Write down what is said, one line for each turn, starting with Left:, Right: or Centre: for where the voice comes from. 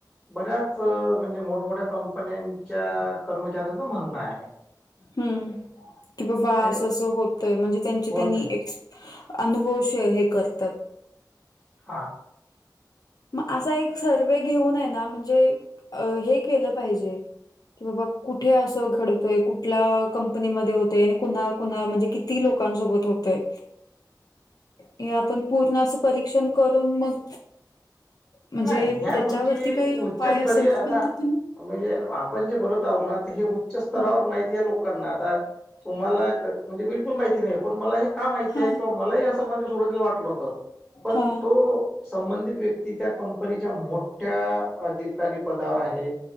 Centre: बऱ्याच म्हणजे मोठमोठ्या कंपन्यांच्या कर्मचाऱ्यांचं म्हणणं आहे.
Left: हम्म कि बा वा
Centre: ते
Left: अस असं होतय म्हणजे त्यांची
Centre: होत
Left: त्यांनी.
Centre: आहे
Left: अनुभवश हे करतात.
Centre: हा.
Left: मग असा एक सर्वे घेऊन आहे ना म्हणजे हे केलं पाहिजे. कि बाबा कुठे असं घडतोय कुठल्या कंपनीमध्येध्ये होतय आणि कुणा कुणा म्हणजे क ती लोकांसोबत होतय. हे आपण पूर्ण असं परीक्षण करून मग. म्हणजे
Centre: नाही ह्या
Left: त्याच्यावरती
Centre: गोष्टी
Left: काही उपाय
Centre: उच्चस्तरीय
Left: असेल
Centre: आता.
Left: तर पण ते तुम्ही
Centre: म्हणजे आपण जे बोलत आहो ना हे उच्च स्तरावर
Left: हा
Centre: माहिती आहे लोकांना आता. तुम्हाला म्हणजे बिलकुल माहिती नाही पण मला हे का माहिती
Left: हा
Centre: आहे किंवा मलाही असं म्हणजे सुरवातीला वाटलं होतं. पण
Left: हा
Centre: तो संबंधित व्यक्ती त्या कंपनीच्या मोठ्या अधिकारी पदावर आहे